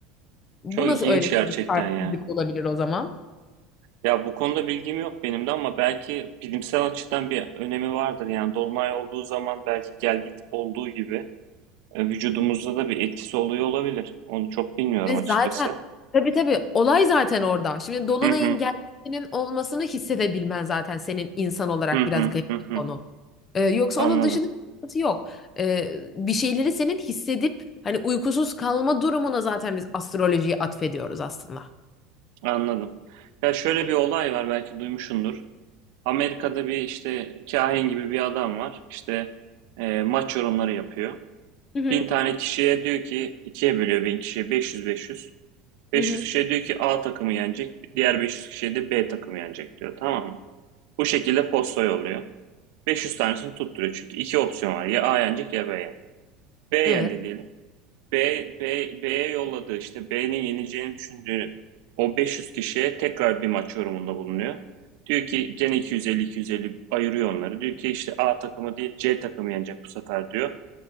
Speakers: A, on the left; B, on the right.
A: Bu
B: Çok
A: nasıl
B: ilginç
A: öğretilmiş
B: gerçekten
A: terbiyesizlik
B: ya.
A: olabilir o zaman?
B: Ya bu konuda bilgim yok benim de ama belki bilimsel açıdan bir önemi vardır. Yani dolunay olduğu zaman belki gelgit olduğu gibi e, vücudumuzda da bir etkisi oluyor olabilir. Onu çok bilmiyorum
A: Ve
B: açıkçası.
A: zaten tabii tabii olay zaten orada. Şimdi dolunayın
B: Hı hı.
A: geldiğinin olmasını hissedebilmen zaten senin insan olarak
B: Hı hı,
A: biraz garip
B: hı hı.
A: bir konu. Ee, yoksa
B: Anladım,
A: onun dışında bir sıkıntı yok. Ee, bir şeyleri senin hissedip hani uykusuz kalma durumuna zaten biz astrolojiyi atfediyoruz aslında.
B: anladım. Ya şöyle bir olay var belki duymuşsundur. Amerika'da bir işte kahin gibi bir adam var. İşte e, maç yorumları yapıyor.
A: Hı hı,
B: Bin tane kişiye diyor ki ikiye bölüyor bin kişiye 500-500. 500
A: hı hı.
B: kişiye diyor ki A takımı yenecek. Diğer 500 kişiye de B takımı yenecek diyor tamam mı? Bu şekilde posta yolluyor. 500 tanesini tutturuyor çünkü iki opsiyon var. Ya A yenecek ya B yenecek. B
A: Evet.
B: yendi diyelim. B, B, B'ye yolladığı işte B'nin yeneceğini düşündüğünü o 500 kişiye tekrar bir maç yorumunda bulunuyor. Diyor ki gene 250-250 ayırıyor onları. Diyor ki işte A takımı değil C takımı yenecek bu sefer diyor.